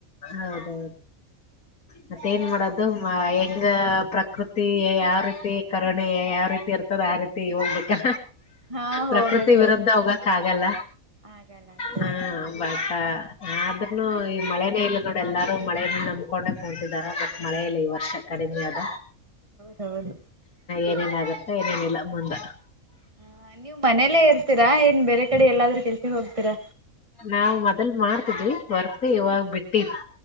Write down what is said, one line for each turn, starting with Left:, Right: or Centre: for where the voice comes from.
Left: ಹೌದೌದು ಮತ್ತೇನ್ ಮಾಡೋದು ಮಾ ಹೆಂಗ ಪ್ರಕೃತಿ ಯಾವ ರೀತಿ ಕರುಣಿ ಯಾವ ರೀತಿ ಇ ತದ ಆ ರೀತಿ ಹೋಗ್ಬೇಕಾ.
Right: ಹಾ ಹೋಗ್ಬೇಕು
Left: ಪ್ರಕೃತಿ ವಿರುದ್ಧ ಹೋಗಕ ಆಗಲ್ಲ
Right: ಆಗಲ್ಲ ಆಗಲ್ಲ
Left: ಹಾ ಬ ಹ ಆದ್ರನು ಈ ಮಳೆ ನೋಡಿ ಎಲ್ಲಾರೂ ಮಳೆನೆ ನಂಬ್ಕೊಂಡು ಕೂತಿದಾರ ಬಟ್ ಮಳೆ ಇಲ್ಲ ಈ ವರ್ಷ ಕಡಿಮೆ ಅದ.
Right: ಹೌದು.
Left: ಏನೇನ್ ಆಗುತ್ತಾ ಏನೇನಿಲ್ಲ ಮುಂದ.
Right: ಹ ನೀವ್ ಮನೇಲ್ಲೇ ಇರ್ತೀರಾ ಏನ್ ಬೇರೆ ಕಡೆ ಎಲ್ಲಾದ್ರೂ ಕೆಲ್ಸಗ್ ಹೋಗ್ತೀರಾ.
Left: ನಾವ್ ಮೊದಲ್ ಮಾಡ್ತಿದ್ವಿ ವರ್ಕ್ ಇವಾಗ ಬಿಟ್ಟಿವಿ.